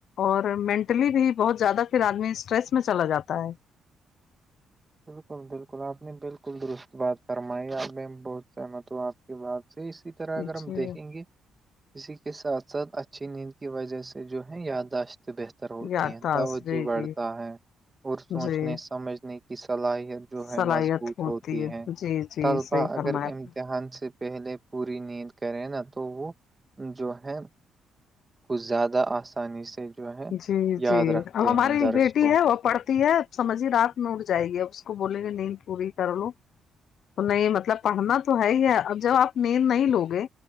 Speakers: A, on the left; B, on the right.
A: اور مینٹلی بھی بہت زیادہ پھر آدمی اسٹریس میں چلا جاتا ہے
B: بالکل بالکل آپ نے بالکل درست بات فرمائی آپ میں بہت سہمت ہوں آپ کی بات سے اسی طرح
A: جی
B: اگر ہم دیکھیں گے اسی کے ساتھ ساتھ اچھی نیند کی وجہ سے جو ہے یاداشت بہتر ہوتی
A: یادداشت
B: ہیں توجہ
A: جی
B: بڑتا
A: جی
B: ہے اور سوچنے
A: جی
B: سمجھنے کی کی صلاحیت جو ہے
A: صلاحیت
B: مضبوط ہوتی ہے
A: جی جی
B: طلبا
A: صحیح فرمایا
B: اگر
A: آپ
B: امتحان سے پہلے پوری نیند کرے نا تو وہ جو ہے کچھ زیادہ آسانی سے جو ہے
A: جی
B: یاد
A: جی
B: رکھتے
A: اب ہماری
B: ہیں درس
A: بیٹی
B: کو
A: ہے وہ پڑھتی ہے سمجھیے رات میں اڑ جائے گی ا اس کو بولیں گے نہیں پوری کر لو تو نہیں مطلب پڑھنا تو ہے ہی ہے اب جب آپ نین نہیں لوگے